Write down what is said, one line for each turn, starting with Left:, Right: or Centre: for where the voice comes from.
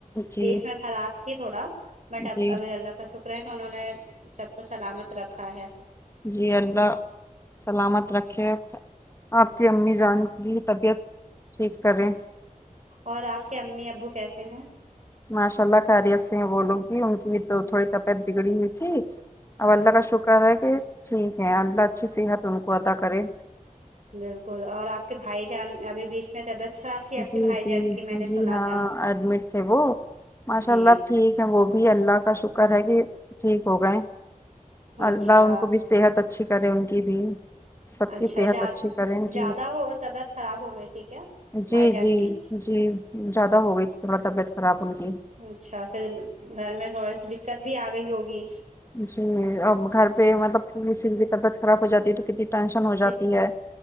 Left: جی
Right: بیچ میں خراب تھی تھوڑا بٹ
Left: جی
Right: اب ابھی اللہ کا شکر کہ انہوں نے سب کو سلامت رکھا ہے
Left: جی اللہ سلامت رکھے آپ کی امی جان کی طبیعت ٹھیک کریں
Right: اور آپ کے امی ابو کیسے ہیں
Left: ماشاء اللہ خیریت سے ہے وہ لوگ بھی ان کی تو تھوڑی طبیعت بگڑی ہوئی تھی اب اللہ
Right: ہوں
Left: کا شکر ہے کہ ٹھیک ہے اللہ اچھی صحت ان کو عطا کرے
Right: بالکل اور آپ کے بھائی جان ابھی بیچ میں طبیعت خراب تھی آپ
Left: جی
Right: کے بھائی
Left: جی
Right: جان کی میں نے
Left: جی
Right: سنا
Left: ہاں
Right: تھا
Left: ایڈمٹ تھے وہ ماشاء
Right: جی
Left: اللہ ٹھیک وہ بھی اللہ کا شکر ہے کہ ٹھیک ہو گئے اللہ
Right: اچھا
Left: ان کو بھی صحت اچ اچھی کریں ان کی بھی سب
Right: اچھا
Left: کی صحت اچھی کریں ان
Right: زیادہ
Left: کی
Right: ہو طبیعت خراب ہو گئی تھی کیا
Left: جی
Right: بھائی جان
Left: جی
Right: کی
Left: جی زیادہ ہو گئی تھی تھوڑا طبیعت خراب ان کی
Right: اچھا پھر گھر میں تھوڑی سی دقت بھی آ گئی ہوگی
Left: جی اب گھر پہ مطلب کسی کی بھی طبیعت خراب ہو جاتی ہے تو کتنی ٹینشن ہو
Right: کس
Left: جاتی ہے